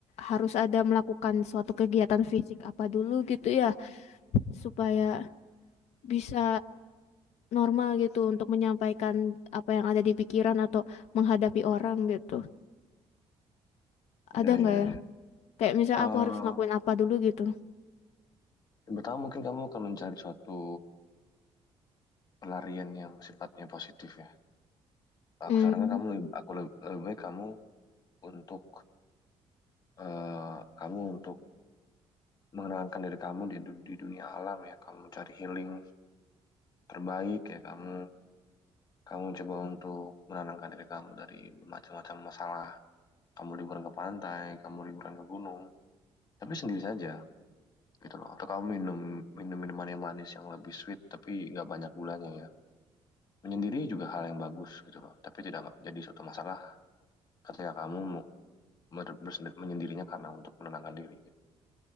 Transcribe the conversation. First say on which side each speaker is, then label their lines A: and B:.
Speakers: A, on the left; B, on the left.
A: harus ada melakukan suatu kegiatan fisik apa dulu gitu ya supaya bisa normal gitu untuk menyampaikan apa yang ada di pikiran atau menghadapi orang gitu.
B: ya
A: Ada nggak
B: ya
A: ya?
B: ya
A: Kayak misalnya
B: Eh,
A: aku harus ngakuin apa dulu gitu.
B: yang pertama mungkin kamu akan mencari suatu pelarian yang sifatnya positif ya. Aku
A: Hmm,
B: sarankan kamu lebih, aku lebih, lebih baik kamu untuk eh, kamu untuk mengenangkan diri kamu di di dunia alam ya. Kamu cari healing terbaik ya. Kamu kamu coba untuk menenangkan diri kamu dari macam-macam masalah. Kamu liburan ke pantai, kamu liburan ke gunung, tapi sendiri saja gitu loh. Atau kamu minum minum minuman yang manis yang lebih sweet tapi nggak banyak gulanya ya. Menyendiri juga hal yang bagus gitu loh. Tapi tidak jadi suatu masalah ketika kamu mer- bersen- menyendirinya karena untuk menenangkan diri gitu.